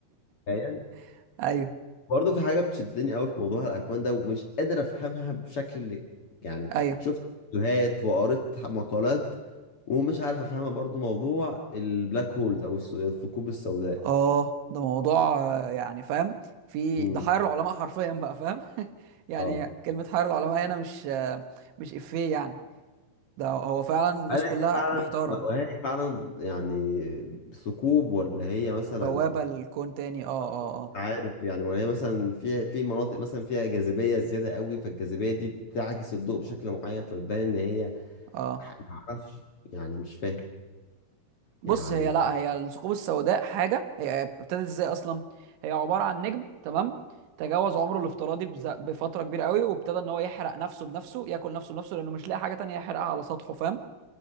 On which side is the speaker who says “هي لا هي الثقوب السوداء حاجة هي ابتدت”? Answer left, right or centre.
Right